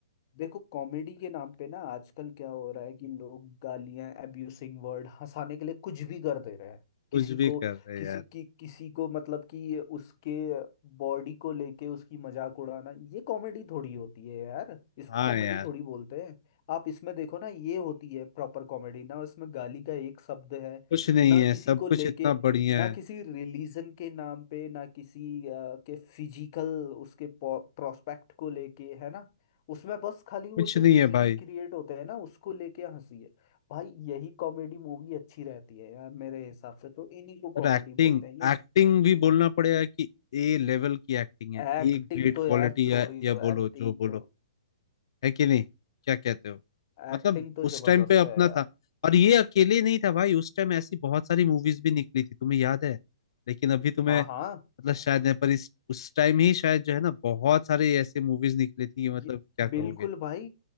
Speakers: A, on the left; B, on the left.
A: देखो कॉमेडी के नाम पे ना आजकल क्या हो रहा है कि लोग गालियां एब्यूसिंग वर्ड हंसाने के लिए कुछ भी कर दे रहे हैं
B: कुछ
A: किसी
B: भी
A: को
B: कर रहे
A: किसी
B: यार
A: की किसी को मतलब कि उसके बॉडी को लेके उसकी मजाक उड़ाना ये कॉमेडी थोड़ी होती है यार इसको
B: हाँ
A: कॉमेडी
B: यार
A: थोड़ी बोलते हैं आप इसमें देखो ना ये होती है प्रॉपर कॉमेडी ना उसमें गाली का एक शब्द है
B: कुछ नहीं
A: ना
B: है
A: किसी
B: सब
A: को लेके
B: कुछ इतना बढ़िया
A: ना
B: है
A: किसी रिलीजन के नाम पे ना किसी अ, के फिजिकल उसके प्रोस्पेक्ट को लेके है ना उसमें बस खाली वो
B: कुछ
A: जो
B: नहीं
A: सीन
B: है भाई
A: क्रिएट होते हैं ना उसको लेके हंसी है भाई यही कॉमेडी मूवी अच्छी रहती है यार मेरे हिसाब से तो इन्हीं को
B: और
A: कॉमेडी
B: एक्टिंग
A: बोलते हैं ये
B: एक्टिंग भी बोलना पड़ेगा कि ए लेवल की एक्टिंग है
A: एक्टिंग
B: ए ग्रेट
A: तो
B: क्वालिटी
A: यार छोड़
B: या
A: ही
B: या
A: दो
B: बोलो
A: एक्टिंग
B: जो बोलो
A: तो
B: है कि नहीं क्या कहते हो मतलब
A: एक्टिंग तो
B: उस
A: जबरदस्त
B: टाइम पे अपना
A: है यार
B: था और ये अकेले नहीं था भाई उस टाइम ऐसी बहुत सारी मूवीज भी निकली थी तुम्हें याद है लेकिन अभी तुम्हें
A: हाँ हाँ
B: मतलब शायद नहीं पर इस उस टाइम ही शायद जो है ना बहुत सारे ऐसे मूवीज निकली थी मतलब
A: ये
B: क्या कहोगे
A: बिल्कुल भाई